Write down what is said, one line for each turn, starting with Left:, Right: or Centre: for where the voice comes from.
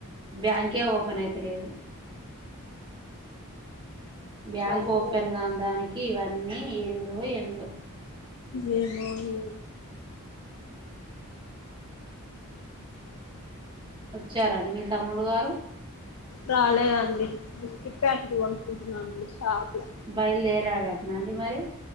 Right: బ్యాంకే ఓపెన్ అయితలేదు బ్యాంక్
Left: బ్యాంకు
Right: ఓపెన్ గాన్ దానికి ఇవన్నీ ఎందో ఎందో
Left: ఏందో ఏవో
Right: వచ్చారండి మీ తమ్ముడు వారు
Left: రాలేదండి ఇ కొనుక్కుంటున్నామండి షాపుల
Right: బయలుదేరాడటనా అండి మరి?